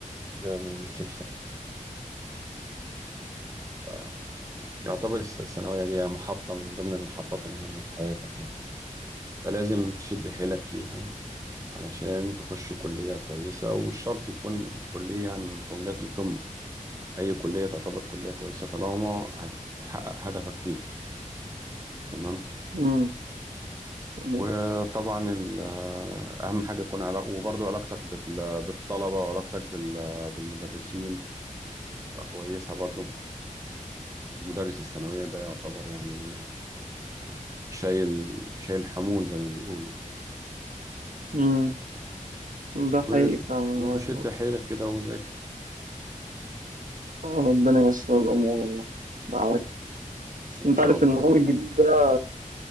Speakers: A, on the right; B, on the right.
A: هتبقى من الناس الفاشلة يعتبر الس- الثانوية دي محطة من ضمن المحطات المهمة في حياتك يعني فلازم تشد حيلك فيها علشان تخش كلية كويسة ومش شرط تكون كلية يعني من كليات القمة أي كلية تعتبر كلية كويسة طالما هتحقق هدفك فيها تمام
B: امم تمام
A: وطبعا ال- أهم حاجة تكون علاقة وبرضو علاقتك بال- بالطلبة وعلاقتك بال- بالمدرسين تبقى كويسة برضو المدرس الثانوية ده يعتبر يعني شايل شايل حمول زي ما بيقولوا
B: امم ده حقيقي
A: وش-
B: فعلا
A: وشد
B: يعني
A: حيلك كده وذاكر
B: ربنا ييسر الأمور والله دعواتك بس
A: إن
B: أنت
A: شاء
B: عارف
A: الله
B: النظام الجديد ده